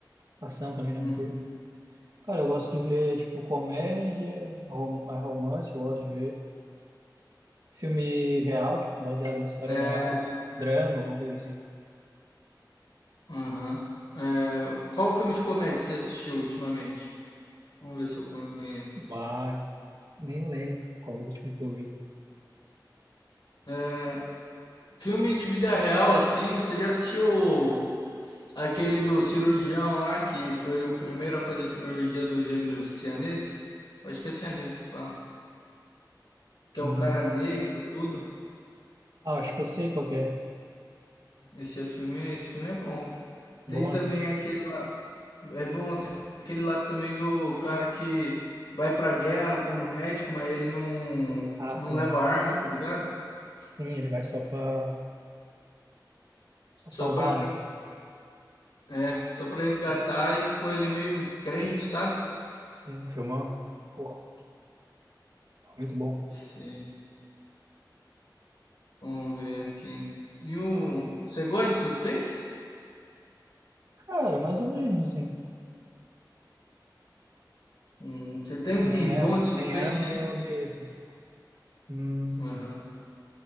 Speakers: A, on the right; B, on the left.
A: ação também
B: Uhum.
A: não curto. Cara, eu gosto de ver, tipo, comédia, rom- eh, romance, eu gosto de ver filme real, tipo, baseado em história
B: É,
A: real, drama, alguma coisa assim.
B: aham. É, qual filme de comédia você assistiu ultimamente? Vamos ver se eu conheço.
A: Bah, Nem lembro qual o último que eu vi.
B: É, Filme de vida real, assim, você já assistiu aquele do cirurgião lá que foi o primeiro a fazer cirurgia dos gêmeos cianeses? Acho que é cianeses que fala. Que
A: Hum.
B: é um cara negro, tudo.
A: Ah, acho que eu sei qual que é.
B: Esse é filme, esse filme é bom.
A: Bom,
B: Tem também
A: né?
B: aquele lá. É bom, tem aquele lá também do cara que vai pra guerra como médico, mas ele não,
A: Ah,
B: não
A: sim.
B: leva arma, tá ligado?
A: Sim, ele vai só pra, pra
B: Só
A: salvar,
B: pra,
A: né?
B: é, só
A: Pô,
B: pra resgatar
A: Sim,
B: e, tipo, ele é meio crente, sabe?
A: sim, filmão. Pô, muito bom.
B: Sim. Vamos ver aqui. E o. Você gosta de suspense?
A: Cara, mais ou menos, sim.
B: Hum, você tem um
A: Nem
B: filme bom
A: amo,
B: de suspense,
A: nem amo,
B: hein?
A: nem odeio, assim. Hum,
B: Aham.